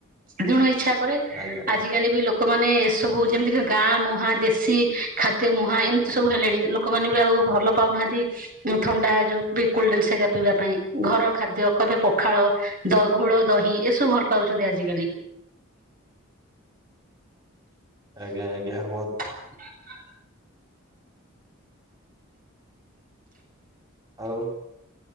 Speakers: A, on the right; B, on the right.
A: ତେଣୁ ଇଛା କରେ।
B: ଆଜ୍ଞା
A: ଆଜି କାଲି ବି ଲୋକ କ ମାନ ଏସବୁ ଯେମିତି ଗାଁ ମୁହାଁ, ଦେଶୀ ଖାଦ୍ୟ ମୁହାଁ, ଏମିତି ସବୁ ହେଲେଣି ଲୋକମାନେ ବି ଆଉ ଭଲ ପାଉନାହାନ୍ତି ଥଣ୍ଡା ଯୋଉ କୋଲ ଡ୍ରିଙ୍କସ୍ ହେରା ପିଇବା ପାଇଁ। ଘର ଖାଦ୍ୟ କବେ ପଖାଳ ଦ ଘୋଳ ଦହି ଏସବୁ ଭଲ ପାଉଛନ୍ତି ଆଜିକାଲି।
B: ଆଜ୍ଞା ଆଜ୍ଞା ବହୁତ୍
A: <inaudible>
B: ଆଉ